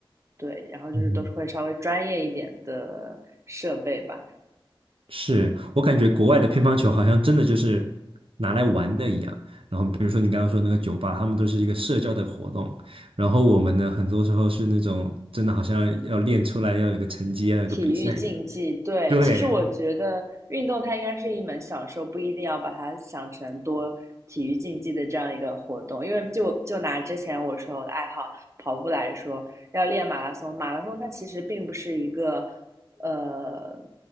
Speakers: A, on the right (about 30°); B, on the right (about 75°).
A: 对，然后就是都是会稍微专业一点的设备吧。
B: 嗯，是我感觉国外的乒乓球好像真的就是拿来玩的一样。然后比如说你刚刚说那个酒吧，他们都是一个社交的活动，然后我们呢很多时候是那种真的好像要练出来要有个成绩，要有个比赛一样。
A: 体育竞技，对，
B: 对，
A: 其实我觉得运动它应该是一门享受，不一定要把它想成多体育竞技的这样一个活动。因为就就拿之前我说我的爱好跑步来说，要练马拉松，马拉松它其实并不是一个呃